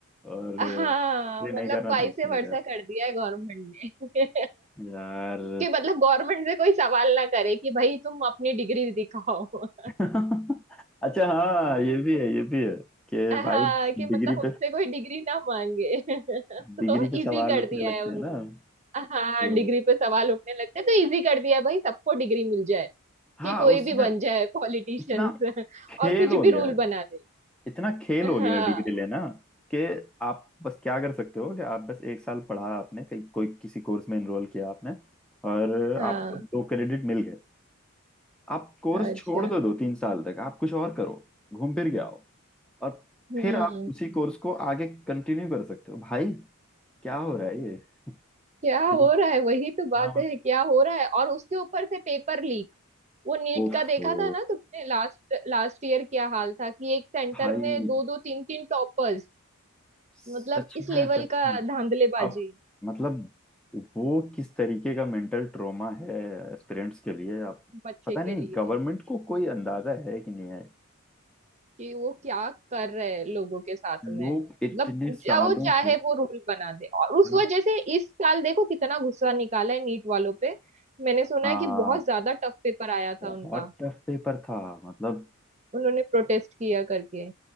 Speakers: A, in the centre; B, on the right.
A: और
B: हाँ
A: जिसके लिए नहीं
B: मतलब
A: करना
B: वाई
A: था उसके
B: से वर्षा
A: लिए कर
B: कर दिया है गवर्नमेंट ने
A: रहे। यार
B: <laughs> कि मतलब गवर्नमेंट से कोई सवाल ना करे कि भाई तुम अपनी डिग्री दिखाओ <laughs>
A: <laughs> अच्छा हाँ ये भी है ये भी है कि
B: हाँ
A: भाई
B: कि मतलब
A: डिग्री
B: उनसे
A: पे
B: कोई डिग्री ना मांगे <laughs>
A: डिग्री
B: तो
A: पे
B: इजी
A: सवाल
B: कर
A: उठने
B: दिया
A: लगते
B: है उन्होंने
A: हैं ना
B: हाँ
A: तो
B: डिग्री पे सवाल उठने लगते हैं तो इजी कर दिया है भाई सबको डिग्री मिल जाए
A: हाँ
B: कि कोई
A: उसमें
B: भी बन जाए पॉलिटिशियंस
A: इतना
B: <laughs>
A: खेल
B: और कुछ
A: हो
B: भी
A: गया
B: रूल
A: है
B: बना दे
A: इतना खेल
B: हाँ
A: हो गया डिग्री लेना कि आप बस क्या कर सकते हो कि आप बस एक साल पढ़ा आपने कहीं कोई किसी कोर्स में एनरोल किया आपने और
B: हाँ
A: आपको दो क्रेडिट मिल गए आप कोर्स
B: अच्छा
A: छोड़ दो दो तीन साल तक आप कुछ और करो घूम फिर के आओ और
B: हम्म
A: फिर आप उसी कोर्स को आगे कंटिन्यू कर सकते हो भाई क्या हो रहा है ये <laughs>
B: क्या
A: फिर-
B: हो रहा है वही तो बात
A: हाँ
B: है क्या हो रहा है और उसके ऊपर से पेपर लीक वो नीट
A: ओफो
B: का देखा था ना तुमने लास्ट लास्ट ईयर क्या हाल था कि एक सेंटर
A: भाई
B: में दो दो तीन तीन टॉपर्स
A: सच
B: मतलब इस
A: में
B: लेवल
A: सच
B: का
A: में
B: धांधलेबाजी
A: अब मतलब वो किस तरीके का मेंटल ट्रॉमा है एस्पिरेंट्स के लिए आप
B: बच्चे
A: पता नहीं
B: के लिए
A: गवर्नमेंट को कोई अंदाजा है कि नहीं है
B: कि वो क्या कर रहे हैं लोगों के साथ
A: लोग
B: में
A: इतने
B: मतलब
A: सालों
B: जो वो चाहे
A: से
B: वो रूल बना दे और उस
A: हाँ
B: वजह से इस साल देखो कितना गुस्सा निकाला है नीट वालों पे मैंने सुना
A: हाँ,
B: है कि बहुत ज्यादा टफ पेपर आया था
A: बहुत
B: उनका
A: टफ पेपर था मतलब
B: उन्होंने प्रोटेस्ट किया करके